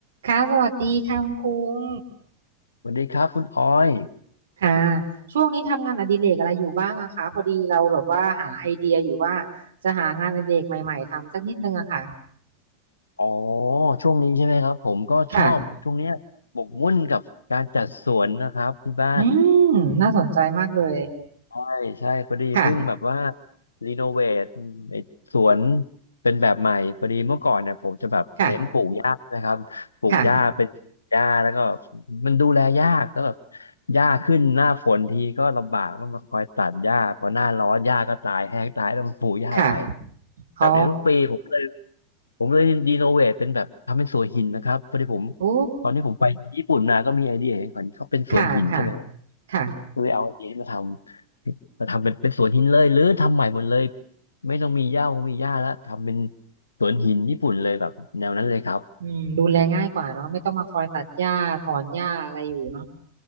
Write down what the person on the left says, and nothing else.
สวัสดีครับคุณออย
อ๋อช่วงนี้ใช่ไหมครับผมก็ชอบช่วงเนี้ยหมกมุ่นกับการจัดสวนนะครับที่บ้าน
ใช่พอดีเพิ่งแบบว่า
รีโนเวทไอ้สวนเป็นแบบใหม่พอดีเมื่อก่อนเนี่ยผมจะแบบเน้นปลูกหญ้านะครับปลูกหญ้าเป็นหญ้าแล้วก็
มันดูแลยากก็แบบหญ้าขึ้นหน้าฝนทีก็ลำบากต้องมาคอยตัดหญ้าพอหน้าร้อนหญ้าก็ตายแห้งตายต้องมาปลูกหญ้าใหม่
แบบเนี้ยทุกปีผมเลย
ผมเลยรีโนเวทเป็นแบบทำเป็นสวนหินนะครับพอดีผม
ตอนที่ผมไปญี่ปุ่นมาก็มีไอเดียเห็นเขาเป็นสวนหินใช่ไหม
คือเอาไอเดียที่มาทำมาทำเป็นเป็นสวนหินเลยหรือทำใหม่หมดเลยไม่ต้องมีหญ้าคงมีหญ้าแล้วทำเป็นสวนหินญี่ปุ่นเลยแบบแนวนั้นเลยครับ